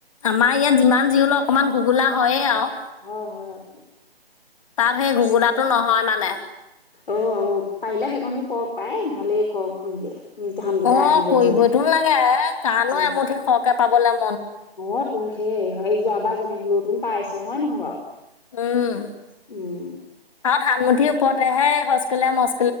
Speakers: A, on the left; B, on the left.
A: আমাৰ ইয়াত যিমান যি হলেও অকমান ঘুগোলা হয়য়ে আৰু।
B: হয় হয়
A: তাত সেই ঘুগুলাটো নহয় মানে
B: অ' অ' অ' পাৰিলে সেইকনো কওক পাই ভালেই কৰক কৰিলে। নিজ ধানকেইটা
A: অ'
B: আহিব
A: কৰিব
B: ঘৰলে
A: এই টোন লাগে কাণো
B: উম
A: এমুঠি সৰহকে পাবলে
B: অ' তুম সেই এই যোৱাবাৰ যেনে হলে তুন পাই আছে হয় নহয় বাৰু?
A: <inaudible>
B: উম